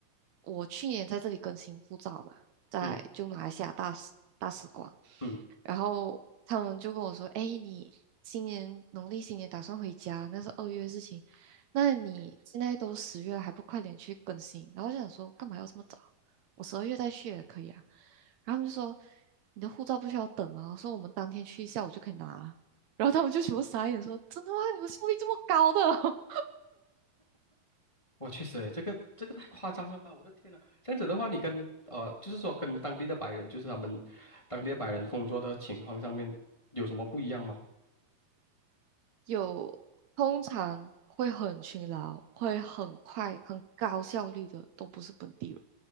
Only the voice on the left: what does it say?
嗯嗯。
我确实诶，这个这个太夸张了吧！我的天呐，这样子的话，你跟呃，就是说跟当地的白人，就是他们当地的白人工作的情况上面有什么不一样吗？